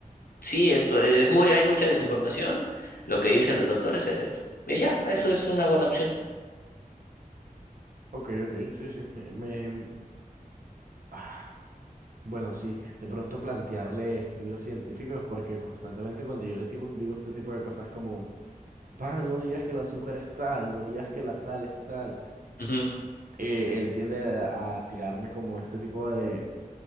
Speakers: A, on the left; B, on the right.
A: sí, esto es muy, hay mucha desinformación, lo que dicen los doctores es esto. Y ya, eso es una buena opción.
B: Ok, ok, sí, sí, me, me- ah, Bueno, sí, de pronto plantearle estudios científicos, porque constantemente cuando yo le tipo- digo este tipo de cosas como, pa, no digas que el azúcar es tal, no digas que la sal es tal,
A: Ujú,
B: eh, él tiende a, tirarme como este tipo de,